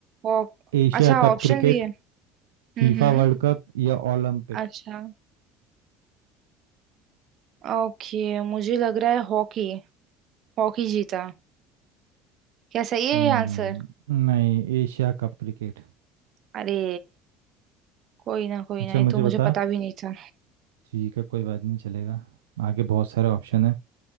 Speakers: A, on the right; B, on the right.
A: हॉक
B: Asia
A: अच्छा
B: cup
A: ऑप्शन
B: cricket
A: भी है हम्म
B: FIFA
A: हम्म
B: world cup या ओलंपिक
A: अच्छा ओके मुझे लग रहा है हॉकी हॉकी जीता क्या सही है
B: हम्म
A: ये आंसर
B: नहीं एशिया कप क्रिकेट
A: अरे कोई ना कोई
B: अच्छा
A: ना ये
B: मुझे
A: तो मुझे
B: बता
A: पता भी नहीं था
B: ठीक है कोई बात नहीं चलेगा आगे बहुत सारे ऑप्शन